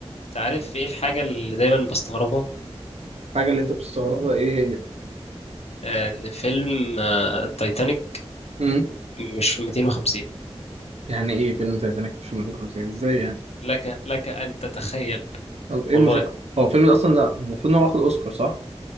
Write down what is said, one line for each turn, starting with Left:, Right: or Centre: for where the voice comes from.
Left: انت عارف ايه الحاجة اللي دايما بستغربها
Right: الحاجة اللي انت بتستغربها ايه هي؟
Left: آه، ان فيلم آه، التايتانيك
Right: امم
Left: مش في 250
Right: يعني ايه فيلم تايتانيك مش 1950 ازاي يعني؟
Left: لك لك ان تتخيل
Right: طب ايه
Left: والله
Right: مش هو فيلم اصلا ده المفروض ان هو واخد اوسكار صح؟